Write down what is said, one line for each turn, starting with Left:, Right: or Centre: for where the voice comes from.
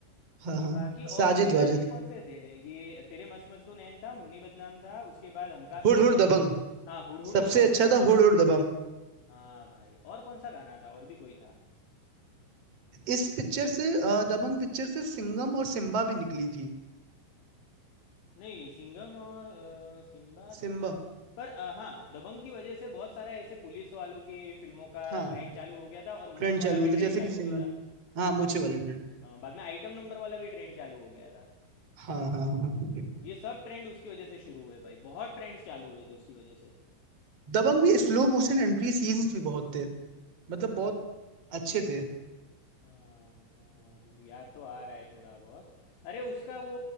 Right: हाँ हाँ
Left: बाकी
Right: साजिद
Left: और कोई गाने
Right: वाजिद
Left: कौन से थे ये तेरे मस्त मस्त दो नैन था मुन्नी बदनाम था उसके बाद हमका
Right: Hood
Left: पीनी
Right: hood
Left: है
Right: Dabangg
Left: हाँ हुड़ हुड़
Right: सबसे
Left: दबंग
Right: अच्छा
Left: था
Right: था हुड हुड दबंग
Left: हाँ भाई और कौन सा गाना था और भी कोई था
Right: इस पिक्चर से अ, दबंग पिक्चर से सिंघम और सिम्बा भी निकली थी
Left: नहीं नहीं सिंघम और अ, सिम्बात
Right: सिम्बा
Left: का तो पता है पर अ, हाँ दबंग की वजह से बहुत सारा ऐसे पुलिस वालों के फिल्मों का
Right: हाँ
Left: ट्रेंड चालू हो गया था और
Right: ट्रेंड
Left: मूंछ वाला
Right: चालू हुआ
Left: भी
Right: था
Left: ट्रेंड
Right: जैसे
Left: चालू
Right: कि सिंघम
Left: हो गया था
Right: हाँ मूछे वाला ट्रेंड
Left: अ, बाद में आइटम नंबर वाला भी ट्रेंड चालू हो गया था
Right: हाँ हाँ हाँ
Left: ये सब ट्रेंड उसकी वजह से शुरू हुए भाई बहुत ट्रेंड्स चालू हुए थे उसकी वजह से
Right: दबंग में स्लो मोशन एंट्री सीन्स भी बहुत थे मतलब बहुत अच्छे थे
Left: हाँ हाँ याद तो आ रहा है थोड़ा बहुत अरे उसका वो